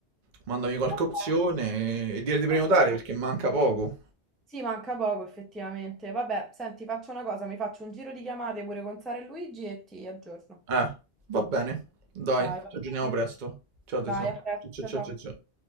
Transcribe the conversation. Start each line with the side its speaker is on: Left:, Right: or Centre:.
Right: Mandami qualche
Centre: Vabbè,
Right: opzione e, e dire di prenotare
Centre: vabbè.
Right: perché manca poco.
Centre: Sì, manca poco effettivamente. Vabbè, senti, faccio una cosa, mi faccio un giro di chiamate pure con Sara e Luigi e ti aggiorno.
Right: Eh, va bene. Dai,
Centre: Dai, va
Right: ci aggiorniamo
Centre: bene.
Right: presto. Ciao
Centre: Dai,
Right: tesoro.
Centre: a presto,
Right: Ciao ciao
Centre: ciao
Right: ciao
Centre: ciao.
Right: ciao. ciao.